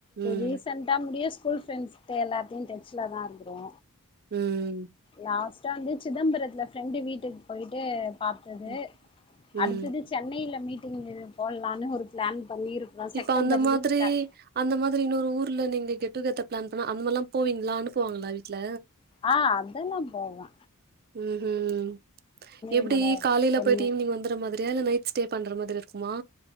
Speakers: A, on the right; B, on the left.
A: ம்
B: ரீசெண்டா முடிய ஸ்கூல் ஃபிரெண்ட்ஸ் எல்லாத்தையும் டச்ல தான் இருக்கிறோ
A: ம்
B: லாஸ்ட்டா வந்து சிதம்பரத்துல ஃப்ரெண்டு வீட்டுக்கு போயிட்டு பாத்தது
A: ம் ம்.
B: அடுத்தது சென்னையில மீட்டிங் இது போடலான்னு ஒரு பிளான் பண்ணிருக்கிறோ
A: இப்ப
B: செப்டம்பர்
A: அந்த மாதிரி
B: லீவ் ல
A: அந்த மாதிரி இன்னொ ஊர்ல நீங்க கெட்டு கெதர் பிளான் பண்ணா அந்த மாரி எல்லா போவீங்களா அனுப்புவாங்களா வீட்ல
B: ஆ அதெல்லாம் போவோ
A: ம் ம் எப்டி
B: என்னோட
A: காலையில
B: பொண்ணு
A: போயிட்டு ஈவ்னிங் வந்துற மாதிரியா இல்ல நைட் ஸ்டே பண்ற மாதிரி இருக்குமா